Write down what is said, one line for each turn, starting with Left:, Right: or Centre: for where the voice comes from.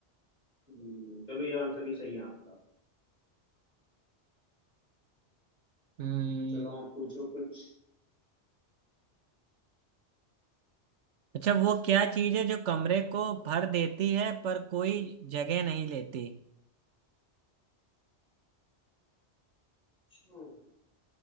Left: हम्म, चलो ये आंसर भी सही है आपका
Right: हम्म
Left: चलो आप पूछो कुछ
Right: अच्छा वो क्या चीज है जो कमरे को भर देती है पर कोई जगह नहीं लेती
Left: अच्छा,